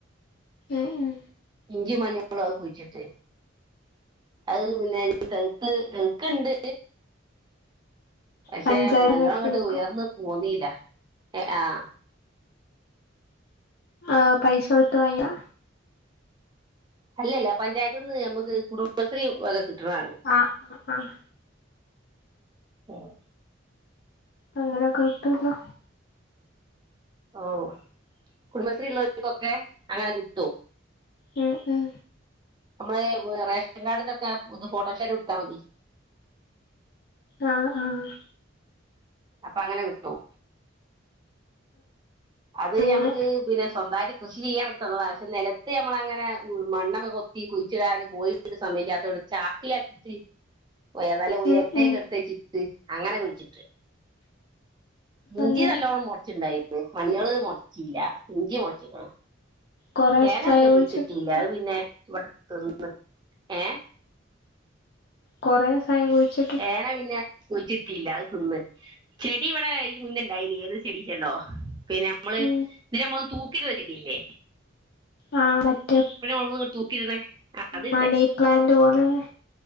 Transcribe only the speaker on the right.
ഇഞ്ചിയും മഞ്ഞളും അഹും കുഴിച്ചിട്ട് അത് പിന്നെ ഇനി തെള്ത്തെത് തെള്ക്ക്ണ്ട്. പക്ഷെ
നല്ലോണം ഇങ്ങട്ട് ഉയർന്ന് പോന്നീല്ല ഏഹ് ആഹ്.
അല്ലല്ല പഞ്ചായത്ത്ന്ന് നമ്മക്ക് കുടുംബശ്രീ വക കിട്ട്ണാണ്.
ഉം
ഓഹ്. കുടുംബശ്രീ ഉള്ളാൽക്കൊക്കെ അങ്ങനെ കിട്ടും.
നമ്മളേ റേഷൻ കാർഡിന്റെ ഒക്കെ ഇത് ഫോട്ടോഷാറ്റ് കൊട്ത്താ മതി.
അപ്പങ്ങനെ കിട്ടും. അത്
ഞമ്മക്ക് പിന്നെ സ്വന്തായിട്ട് കൃഷി ചെയ്യാൻ വേണ്ടി തന്നതാ. പക്ഷെ നെലത്ത് നമ്മളങ്ങനെ മണ്ണൊക്കെ കൊത്തി കുഴിച്ചിടാന് കോയി ട് സമ്മയ്ക്കാത്തോണ്ട് ചാക്കിലാക്കീറ്റ് ഏഹ് നല്ല ഉയരത്തേക്ക്‌
എടുത്തെച്ചിട്ട് അങ്ങനെ കുഴിച്ചിട്ട്. ഇഞ്ചി
നല്ലോണ്ണം മൊളച്ചിണ്ടായിന്നു. മഞ്ഞള് മൊളച്ചില്ല ഇഞ്ചി മൊളച്ച്ക്ക്ണ്.
ചേന
പിന്നെ
കുഴിച്ചിട്ടീല്ല അത് പിന്നെ ഇവടെ തിന്ന് ണ് ഏഹ്
ചേന പിന്നെ കുഴിച്ചിട്ടീല്ല. അത് തിന്ന്. ചെടി ഇവടെ ഇത് മുന്നെ ഇണ്ടായിനി. ഏത് ചെടി നിച്ചണ്ടോ. പിന്നെ നമ്മള്
ഇതിന്റെ മോൾല് തൂക്കിടണ ചെടില്ലേ.
മുളക് തൂക്കിടുന്നെ അത്